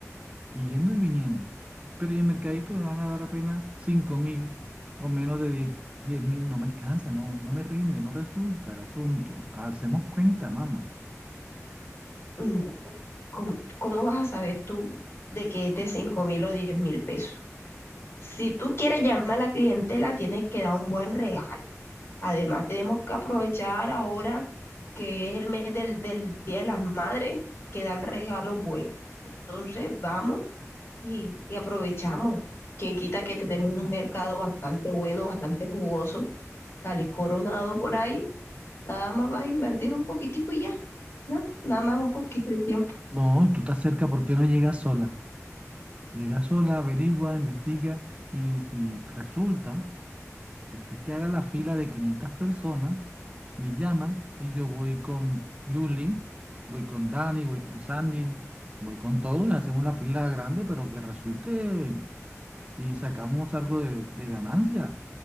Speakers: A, on the right (about 25°); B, on the left (about 55°).
A: y yendo y viniendo. Pero y en el mercadito me van a dar apenas cinco mil o menos de diez diez mil, no me alcanza, no, no me rinde, no resulta el asunto. Hacemos cuenta, mamá.
B: Mm, ¿Cómo, cómo vas a saber tú de que es de cinco mil o diez mil pesos? Si tú quieres llamar a la clientela, tienes que dar un buen regalo. Además, tenemos que aprovechar ahora que es el mes del, del Día de las Madres, que dan regalos buenos. Entonces, vamos y, y aprovechamos. Quien quita que tenemos un mercado bastante bueno, bastante jugoso, sales coronado por ahí, nada más vas a invertir un poquitico y ya, ¿no? Nada más un poquito de tiempo.
A: No, y tú estás cerca, ¿por qué no llegas sola? Llega sola, averigua, investiga y si resulta, después que haga la fila de 500 personas, me llamas y yo voy con Julie, voy con Dani, voy con Sandy, voy con todos, hacemos la fila grande, pero que resulte y sacamos algo de, de ganancia